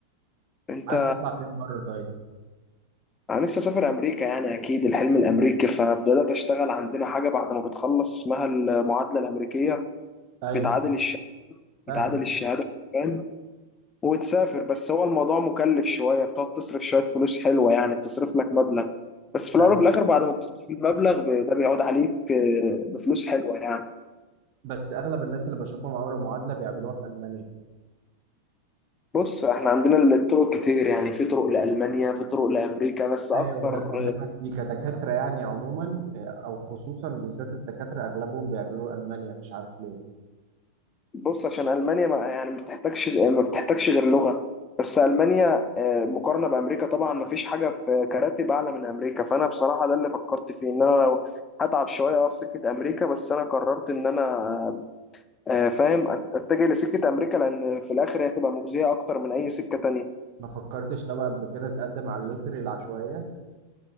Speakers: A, on the left; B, on the right.
A: انت
B: عايز تطلع فين بره طيب
A: انا نفسي اسافر امريكا يعني اكيد الحلم الامريكي فبدات اشتغل عندنا حاجه بعد ما بتخلص اسمها المعادله الامريكيه
B: ايوه
A: بتعادل الشهاده
B: فاهمك
A: بتعادل الشهاده فاهم وتسافر بس هو الموضوع مكلف شويه بتقعد تصرف شويه فلوس حلوه يعني بتصرف لك مبلغ بس في
B: ب-
A: الاول وفي الاخر بعد ما بتصرف المبلغ ب- ده بيعود عليك آه، بفلوس حلوه يعني
B: بس اغلب الناس اللي بشوفهم عملوا معادلة بيعملوها في ألمانيا
A: بص احنا عندنا الطرق كتير يعني في طرق لألمانيا في طرق لأمريكا بس أكتر
B: ايوه ده اللي بكلمك فيه كدكاتره يعني عموما آه، او خصوصا بالذات الدكاتره اغلبهم بيعملوه المانيا مش عارف ليه
A: بص عشان ألمانيا ما يعني ما بتحتاجش ما بتحتاجش غير لغة بس ألمانيا آه، مقارنة بأمريكا طبعا ما فيش حاجة في كراتب أعلى من أمريكا فأنا بصراحة ده اللي فكرت فيه إن أنا لو هتعب شوية أقف سكة أمريكا بس أنا قررت إن أنا آه، آه، فاهم أتجه لسكة أمريكا لأن في الآخر هي هتبقى مجزية أكتر من أي سكة تانية
B: ما فكرتش طب قبل كده تقدم على اللوتري العشوائيه